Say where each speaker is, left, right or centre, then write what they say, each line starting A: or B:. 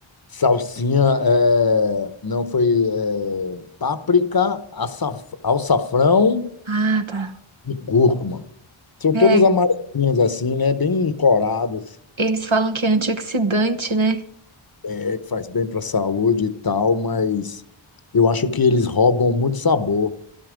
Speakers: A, on the left (about 45°); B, on the right (about 65°).
A: Salsinha, é, não foi é, páprica, açaf- alçafrão
B: Ah, tá.
A: e cúrcuma. São
B: É,
A: todas amarelinhas assim, né? Bem coradas,
B: eles falam que é antioxidante, né?
A: é, que faz bem para a saúde e tal, mas eu acho que eles roubam muito sabor.